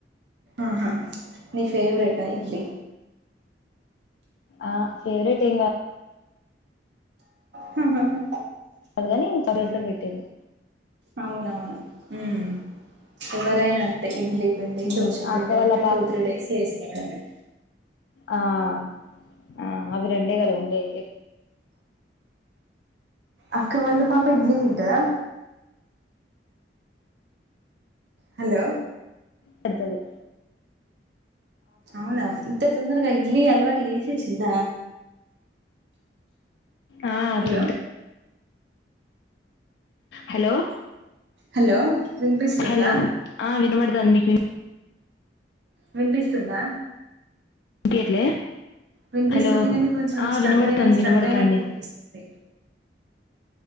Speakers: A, on the right (about 70°); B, on the left (about 70°).
A: ఆహా మీ ఫేవరేటా ఇడ్లీ.
B: ఆహ్ ఫేవరెట్ ఏంకాదు.
A: హ హ హ.
B: కాదు కాని ఇంకా రోజులో పెట్టింది
A: అవునవును ఉమ్ ఎవరు. నేను అంతే ఇడ్లీ పిండి
B: మ్మ్
A: దోశపిండి
B: అక్క వాళ్ళ
A: ఉంటే టూ త్రీ డేస్ లో వేసుకోవాలి మేం.
B: ఆహ్ ఆహ్ అవి రెండే కదా ఉండేవి.
A: అక్క వాళ్ళ పాప ఇడ్లీ తింటదా. హలో.
B: పడతాది.
A: అవునా ఇంత తొందరగా ఇడ్లీ అలవాటు చేసేసిందా.
B: ఆహ్
A: హలో
B: తింట. హలో
A: హలో వినిపిస్తుందా
B: హలో ఆహ్ వినబడు ర మితిన్
A: వినిపిస్తుందా.
B: వినిపియ్యట్లె.
A: వినిపిస్తుంది
B: హలో
A: కాని కొంచెం
B: ఆహ్
A: స్ట్రక్
B: వినబడుతుంది
A: అయిన స్ట్రక్
B: వినబడుతుంది.
A: అయినట్టు వినిపిస్తుంది